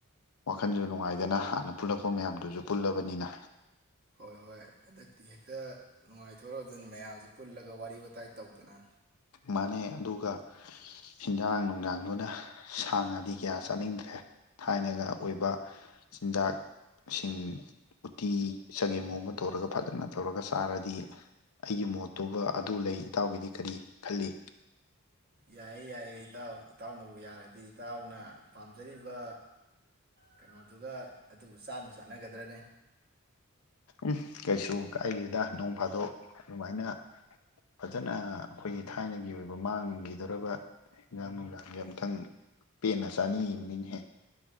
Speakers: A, on the left (about 85°); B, on the right (about 45°).
A: ꯋꯥꯈꯜꯁꯨ ꯅꯨꯡꯉꯥꯏꯗꯅ ꯍꯥꯟꯅ ꯄꯨꯜꯂꯛꯄ ꯃꯌꯥꯝꯗꯨꯁꯨ ꯄꯨꯜꯂꯕꯅꯤꯅ
B: ꯍꯣꯏ ꯍꯣꯏ ꯍꯟꯗꯛꯇꯤ ꯍꯦꯛꯇ ꯅꯨꯡꯉꯥꯏ ꯇꯧꯔꯗꯣꯏꯅꯤ ꯃꯌꯥꯝꯁꯦ ꯄꯨꯜꯂꯒ ꯋꯥꯔꯤ ꯋꯥꯇꯥꯏ ꯇꯧꯗꯅ
A: ꯃꯥꯟꯅꯦ ꯑꯗꯨꯒ ꯍꯦꯟꯖꯥꯡ ꯅꯨꯡꯗꯥꯡꯗꯨꯅ ꯁꯥ ꯉꯥꯗꯤ ꯀꯌꯥ ꯆꯥꯅꯤꯡꯗ꯭ꯔꯦ ꯊꯥꯏꯅꯒ ꯑꯣꯏꯕ ꯆꯤꯟꯖꯥꯛꯁꯤꯡ ꯎꯇꯤ ꯆꯒꯦꯝ ꯄꯣꯝꯕ ꯇꯧꯔꯒ ꯐꯖꯅ ꯇꯧꯔꯒ ꯆꯥꯔꯗꯤ ꯑꯩꯒꯤ ꯃꯣꯠꯇꯨꯕ ꯑꯗꯨ ꯂꯩ ꯏꯇꯥꯎꯒꯤꯗꯤ ꯀꯔꯤ ꯈꯜꯂꯤ
B: ꯌꯥꯏꯌꯦ ꯌꯥꯏꯌꯦ ꯏꯇꯥꯎ ꯏꯇꯥꯎꯅꯕꯨ ꯌꯥꯔꯗꯤ ꯏꯇꯥꯎꯅ ꯄꯥꯝꯖꯔꯤꯕ ꯀꯩꯅꯣꯗꯨꯒ ꯑꯗꯨꯕꯨ ꯆꯥꯅꯕ ꯆꯥꯟꯅꯒꯗ꯭ꯔꯅꯤ
A: ꯎꯝ ꯀꯩꯁꯨ ꯀꯥꯏꯜꯂꯤꯗ ꯅꯣꯡ ꯐꯥꯗꯣꯛ ꯑꯗꯨꯃꯥꯏꯅ ꯐꯖꯅ ꯑꯩꯈꯣꯏꯒꯤ ꯊꯥꯏꯅꯒꯤ ꯑꯣꯏꯕ ꯃꯥꯡꯈꯤꯗꯧꯔꯕ ꯍꯟꯖꯥꯡ ꯅꯨꯡꯗꯥꯡꯁꯦ ꯑꯝꯇꯪ ꯄꯦꯟꯅ ꯆꯥꯅꯤ ꯌꯦꯡꯅꯤꯅꯤꯍꯦ